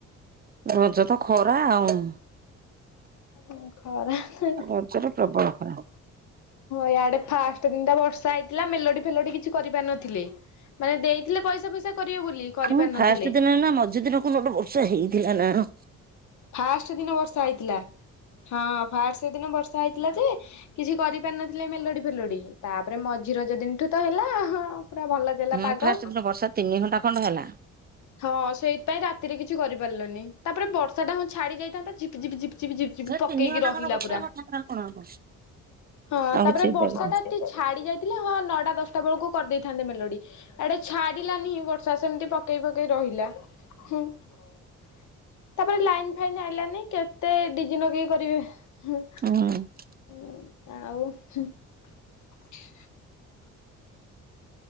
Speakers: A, on the right; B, on the left.
A: ରଜ ତ ଖରା ଆଉ
B: ଉଁ ଖରା ହୁଁ
A: ରଜରେ ପ୍ରବଳ ଖରା
B: ଇଆଡେ ଫାଷ୍ଟ ସେ ଦିନତ ବର୍ଷା ହେଇଥିଲା, ମେଲୋଡି ଫେଲୋଡି କିଛି କରିପାରିନଥିଲେ, ମାନେ ଦେଇଥିଲେ ପଇସା ଫଇସା କରିବେ ବୋଲି କରିପାରିନଥିଲେ।
A: ହଁ ଫାଷ୍ଟ ଦିନ ନା ମଝି ଦିନ କଉ ଦିନ ଗୋଟେ ବର୍ଷା ହେଇଥିଲା ନା କଣ?
B: ଫାଷ୍ଟ ଦିନ ବର୍ଷା ହେଇଥିଲା। ହଁ ଫାଷ୍ଟ ସେଦିନ ବର୍ଷା ହେଇଥିଲା ଯେ, କିଛି କରିପାରିନଥିଲେ ମେଲୋଡି ଫେଲୋଡି ତାପରେ ମଝି ରଜ ଦିନଠୁ ତ ହେଲା ହଁ ପୁରା ଭଲ ଦେଲା
A: ହୁଁ
B: ପାଗ
A: ଫାଷ୍ଟ ଦିନ ବର୍ଷା ତିନି ଘଣ୍ଟା ଖଣ୍ଡ ହେଲା।
B: ହଁ ସେଇଥିପାଇଁ ରାତିରେ କି କିଛି କରିପାରିଲୁନି ତାପରେ ବର୍ଷା ଟା ହଁ ଛାଡି ଯାଇଥାନ୍ତା ଝିପି ଝିପି ଝିପି ଝିପି ଝିପି ଝିପି
A: ସେ
B: ପକେଇକି
A: ତିନି ଘଣ୍ଟା
B: ରହିଲା
A: ଖଣ୍ଡେ ବର୍ଷା
B: ପୁରା।
A: ହେଲା ଠାକୁରାଣୀ କଣ ହବ
B: ହଁ
A: ଆଉ
B: ତାପରେ
A: କିଛି ହେଇପାରିବନି
B: ବର୍ଷା ଟା ଟିକେ ଛାଡି ଯାଇଥିଲେ ହଁ ନଅଟା ଦଶଟା ବେଳକୁ କରିଦେଇଥାନ୍ତେ ମେଲୋଡି। ଆଡେ ଛାଡିଲାନି ବର୍ଷା ସେମିତି ପକେଇ ପକେଇ ରହିଲା ହୁଁ। <inaudible> ଲାଇନ୍ ଫାଇନ୍ ଆଇଲାନି କେତେ ଡିଜି ନଗେଇ କରିବେ ହୁଁ
A: ହୁଁ
B: ଉଁ। ଆଉ ହୁଁ ।